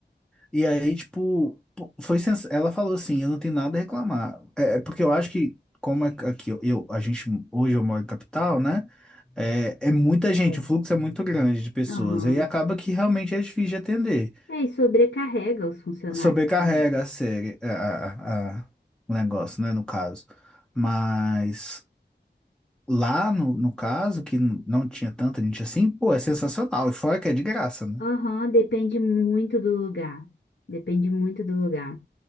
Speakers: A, in the centre; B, on the left.
A: E aí, tipo, pô, foi sens... ela falou assim, eu não tenho nada a reclamar. É é porque eu acho que, como é que aqui, eu, eu- a gente, hoje eu moro em capital, né? É, é muita gente,
B: É.
A: o fluxo é muito grande de pessoas,
B: Aham.
A: aí acaba que realmente é difícil de atender.
B: É, e sobrecarrega os funcionários
A: Sobrecarrega
B: também.
A: a série, a, a- a- o negócio, né, no caso. Mas lá, no, no caso, que n- não tinha tanta gente assim, pô, é sensacional. E fora que é de graça, né?
B: Aham, depende muito do lugar. Depende muito do lugar.